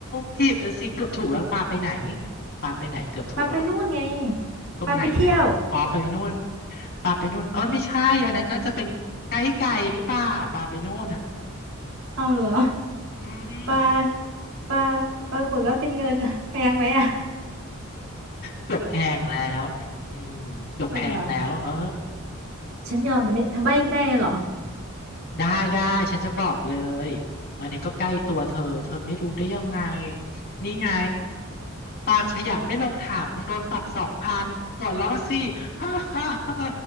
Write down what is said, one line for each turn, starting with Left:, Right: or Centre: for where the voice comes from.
Left: ผิดน่ะสิเกือบถูกแล้วปลาไปไหนปลาไปไหนเกือบถูกแล้ว
Right: ปลาไปนู่นไง
Left: ตรงไหนอ่ะอ๋อไปนู่น
Right: ปลาไปเที่ยว
Left: ปลาไปนู่นเออไม่ใช่อันนั้นน่าจะเป็นไกด์ไก่หรือเปล่าปลาไปนู่นอ่ะ
Right: เอาเหรอ
Left: อืม
Right: ปลาปลาปรากฏว่าเป็นเงินแพงไหมอ่ะ
Left: เกือบแพงแล้วอืมเกือบแพงแล้วเออ
Right: เอาเหรอฉันยอมแต่ไหม่ทำใบไม่ได้เหรอ
Left: ได้ได้ฉันจะบอกเลยอันนี้ก็ใกล้ตัวเธอเธอไม่รู้ได้ยังไงนี่ไงปลาขยะไม่ลงถังโดนปรับสองพันหัวเราะสิ <laughs> ฮ่าฮ่าฮ่า